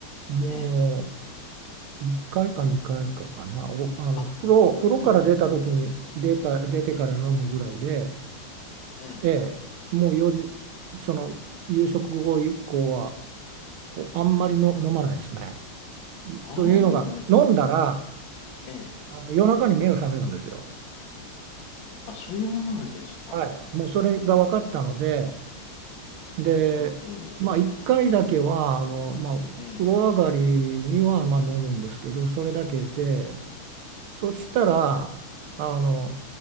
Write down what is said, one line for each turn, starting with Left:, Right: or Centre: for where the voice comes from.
Right: も
Left: ええ。
Right: う1回か2回かいかかな、お、あの風呂、
Left: あ、そうなんですか。
Right: 風呂から出た時に出た、出てから飲むぐらいで、
Left: ええ、ええ。
Right: ええもう4時、その夕食後以降は、おあんまりの飲まないですね。いというのが、
Left: ああ、
Right: 飲んだら、
Left: ええ。
Right: あの夜中に目が覚めるんですよ。
Left: あ、そういうものなんですか。
Right: はい、もうそれが分かったので、
Left: う
Right: で、
Left: ん、うん、うん
Right: まあ、1回だけはあの、まあ、
Left: ええ。
Right: 風呂上がりにはまあ飲むんですけどそれだけでそしたらあの